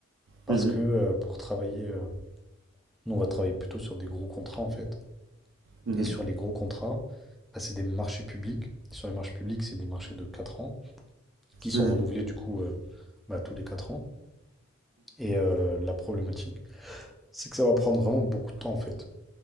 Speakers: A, in the centre; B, on the right.
A: parce
B: mhm,
A: que euh, pour travailler, euh, nous on va travailler plutôt sur des gros contrats en fait.
B: mhm,
A: Et sur les gros contrats, bah, c'est des marchés publics. Sur les marchés publics, c'est des marchés de 4 ans qui sont
B: mhm,
A: renouvelés du coup euh, bah, tous les 4 ans. Et euh, la problématique, c'est que ça va prendre vraiment beaucoup de temps en fait.